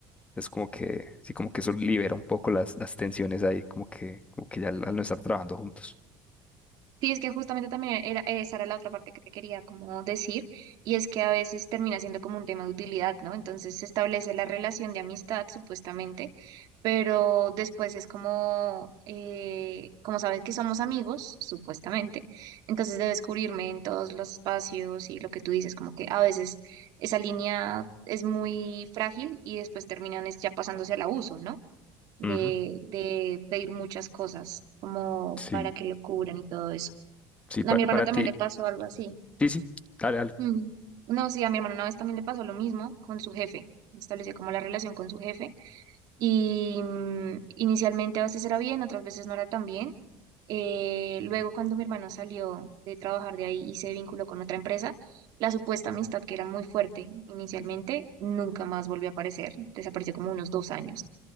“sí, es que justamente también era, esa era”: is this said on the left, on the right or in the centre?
Right